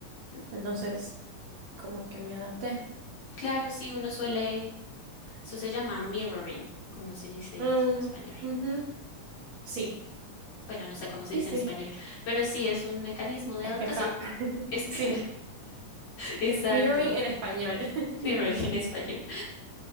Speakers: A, on the left (about 60°); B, on the right (about 70°).
A: ujú,
B: entonces como que me adapté.
A: claro, sí, uno suele, eso se llama mirroring, como se dice
B: Mm,
A: eso en español.
B: ujú. Sí,
A: bueno, no sé cómo se
B: sí,
A: dice
B: sí.
A: en español, pero sí es un mecanismo de
B: Espejar.
A: adaptación.
B: <laughs>
A: <laughs> Espera,
B: Sí,
A: exacto,
B: mirroring en español.
A: mirroring
B: <laughs>
A: en español.